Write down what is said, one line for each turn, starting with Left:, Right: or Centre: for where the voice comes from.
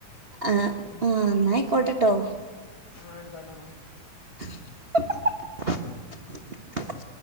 Right: ആ
Left: ഉം
Right: ആ ന്നായ്ക്കോട്ടട്ടോ
Left: ആഹ് അയ്ക്കോട്ടെന്നാ
Right: <unintelligible>